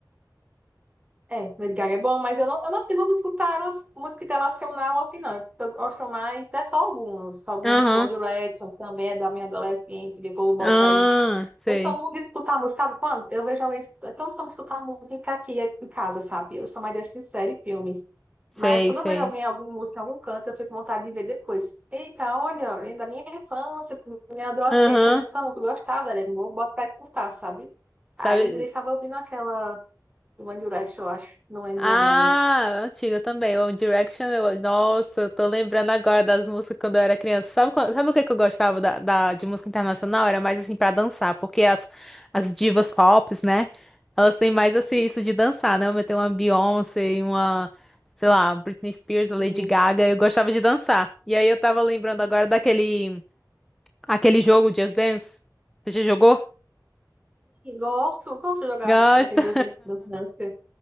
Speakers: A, on the right; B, in the centre.
A: É, Lady Gaga é bom, mas eu não, eu não sei, vamos escutar nas- música internacional assim, não. Eu gosto mais, até só algumas. Algumas
B: Aham.
A: Blonde Letton, que também é da minha adolescência, que o povo bota
B: Ah,
A: aí.
B: sei.
A: Eu sou muito de escutar música, sabe quando? Eu vejo alguém escutando. Eu não sou muito de escutar música aqui em casa, sabe? Eu sou mais de assistir série e filmes.
B: Sei,
A: Mas quando
B: sei.
A: eu vejo alguém, algum música em algum canto, eu fico com vontade de ver depois. Eita, olha, lembra da minha infância, da minha adolescência,
B: Aham.
A: olha essa música, eu gostava da Legion, vou bota pra escutar, sabe? Aí
B: Sabe?
A: ele estava ouvindo aquela do One Direction, eu acho, não lembro
B: Ah,
A: o nome.
B: antiga também. O Direction, eu- nossa, eu tô lembrando agora das músicas quando eu era criança. Sabe, qual- sabe o que que eu gostava da, da- de música internacional? Era mais assim pra dançar, porque as, as divas pop, né? Elas têm mais assim isso de dançar, né? Eu tenho uma Beyoncé e uma, sei lá, Britney Spears, a Lady
A: Hum.
B: Gaga. Eu gostava de dançar. E aí eu tava lembrando agora daquele aquele jogo Just Dance. Você já jogou?
A: E gosto, gosto de jogar
B: Gosta?
A: na- naquele Just Dance, Dance, Dance,